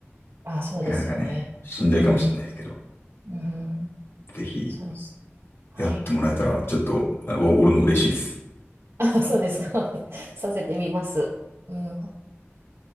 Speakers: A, on the right; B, on the left.
A: あ、そうですよね。
B: なかなかね、しんどいかもしれないですけど、
A: うん。うん。
B: ぜひ、
A: そうです。はい。
B: やってもらえたら、ちょっと、あわ俺も嬉しいです。
A: あ、そうですか。<laughs> させてみます。うん。